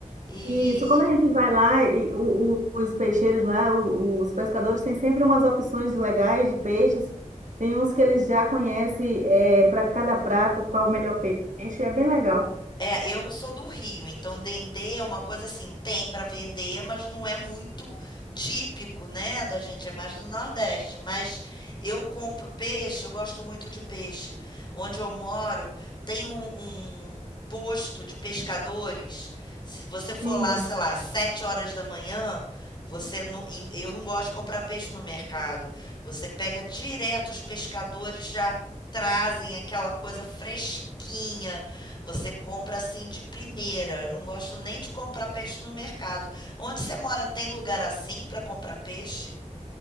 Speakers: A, on the left (about 35°); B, on the right (about 75°).
A: E
B: Isso, quando a gente vai lá, e o- o- os peixeiros lá, o- os pescadores têm sempre umas opções legais de peixes, tem uns que eles já conhecem, é, para cada prato, qual o melhor peixe, é bem legal.
A: É, eu sou do Rio, então dendê é uma coisa assim, tem para vender, mas não é muito típico, né, da gente, é mais do Nordeste. Mas eu compro peixe, eu gosto muito de peixe. Onde eu moro, tem um, um posto de pescadores. Se você for
B: Sim.
A: lá, sei lá, sete horas da manhã, você não, em- eu não gosto de comprar peixe no mercado. Você pega direto, os pescadores já trazem aquela coisa fresquinha você compra assim de primeira. Eu não gosto nem de comprar peixe no mercado. Onde você mora tem lugar assim para comprar peixe?